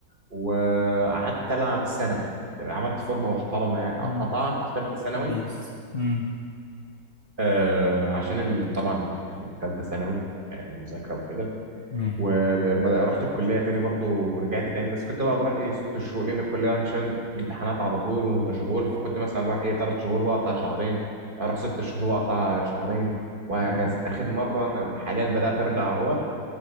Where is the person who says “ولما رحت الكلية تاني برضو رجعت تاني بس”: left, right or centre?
Right